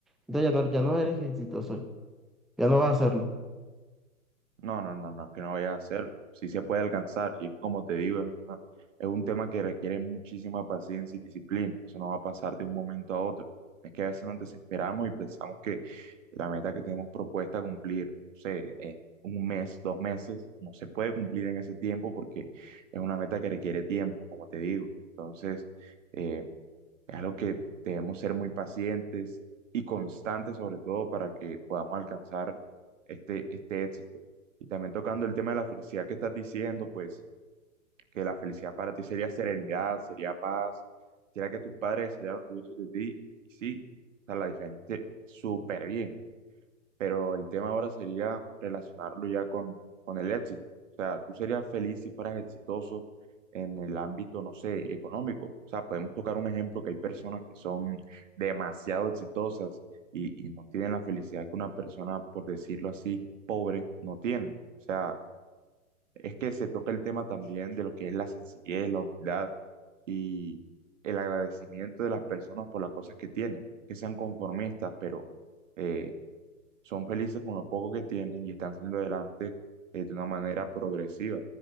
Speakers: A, in the centre; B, on the right.
A: Entonces ya no, ya no eres exitoso, ya no vas a hacerlo.
B: No, no, no, no, es que no vaya a hacerlo. Sí se puede alcanzar y es como te digo, es, una- es un tema que requiere muchísima paciencia y disciplina. Eso no va a pasar de un momento a otro. Es que a veces nos desesperamos y pensamos que la meta que tenemos propuesta cumplir, no sé, en un mes, dos meses, no se puede cumplir en ese tiempo porque es una meta que requiere tiempo, como te digo. Entonces, eh, es algo que debemos ser muy pacientes y constantes, sobre todo, para que podamos alcanzar este, este éxito. Y también tocando el tema de la felicidad que estás diciendo, pues que la felicidad para ti sería serenidad, sería paz, sería que tus padres serían orgullosos de ti. Y sí, o sea, la definiste súper bien pero el tema ahora sería relacionarlo ya con, con el éxito. O sea, tú serías feliz si fueras exitoso en el ámbito, no sé, económico. O sea, podemos tocar un ejemplo que hay personas que son demasiado exitosas y, y no tienen la felicidad que una persona, por decirlo así, pobre no tiene. O sea, es que se toca el tema también de lo que es la sencillez, la humildad y el agradecimiento de las personas por las cosas que tienen, que sean conformistas, pero... eh, son felices con lo poco que tienen y están saliendo adelante eh, de una manera progresiva.